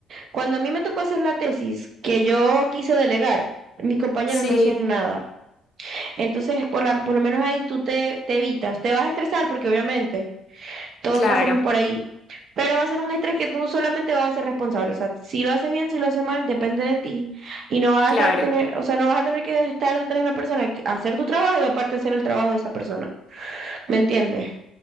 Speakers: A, on the right (about 45°); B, on the left (about 40°).
A: cuando a mí me tocó hacer la tesis que yo quise delegar, mis compañeros
B: Sí,
A: no hacían nada. Entonces, por la, por lo menos ahí tú te, te evitas. Te vas a estresar porque obviamente todos
B: claro,
A: pasamos por ahí pero va a ser un estrés que tú solamente vas a ser responsable. O sea, si lo haces bien, si lo haces mal, depende de ti. Y no vas
B: claro.
A: a estar tener, o sea, no vas a tener que estar detrás de una persona, que- hacer tu trabajo y aparte hacer el trabajo de esa persona. ¿Me entiendes?